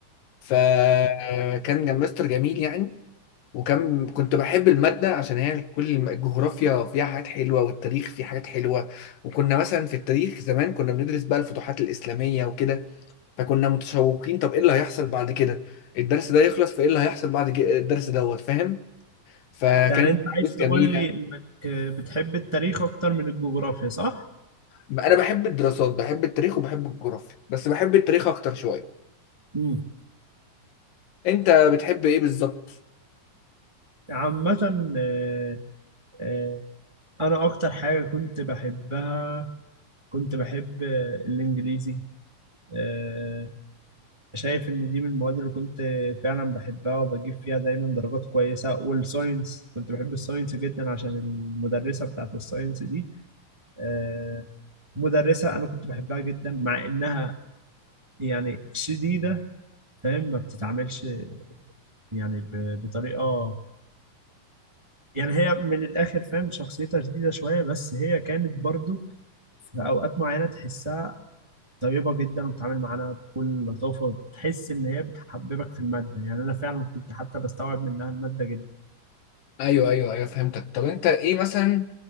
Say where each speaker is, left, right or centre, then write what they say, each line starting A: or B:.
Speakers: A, on the left; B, on the right.
A: فكان كان مستر جميل يعني وكان كنت بحب المادة عشان هي كل الم- الجغرافيا فيها حاجات حلوة والتاريخ فيه حاجات حلوة وكنا مثلا في التاريخ زمان كنا بندرس بقى الفتوحات الإسلامية وكده فكنا متشوقين طب إيه اللي هيحصل بعد كده الدرس ده يخلص فإيه اللي هيحصل بعد كده الدرس دوت فاهم اه فكانت
B: يعني انت عايز
A: دروس
B: تقول
A: جميلة
B: لي انك بتحب التاريخ اكتر من الجغرافيا صح؟
A: أنا بحب الدراسات بحب التاريخ وبحب الجغرافيا بس بحب التاريخ أكتر شوية
B: امم
A: أنت بتحب إيه بالظبط؟
B: عامة آه، آه، انا اكتر حاجة كنت بحبها كنت بحب آه، الانجليزي آه، شايف ان دي من المواد اللي كنت فعلا بحبها وبجيب فيها دايما درجات كويسة والساينس كنت بحب الساينس جدا عشان المدرسة بتاعت الساينس دي آه، مدرسة انا كنت بحبها جدا مع انها يعني شديدة فاهم ما بتتعاملش يعني ب- بطريقه آه، يعني هي من الاخر فاهم شخصيتها شديده شويه بس هي كانت برضو في اوقات معينه تحسها طيبه جدا وبتتعامل معانا بكل لطافه تحس ان هي بتحببك في الماده يعني انا فعلا كنت حتى بستوعب منها الماده جدا
A: ايوه ايوه ايوه فهمتك طب انت ايه مثلا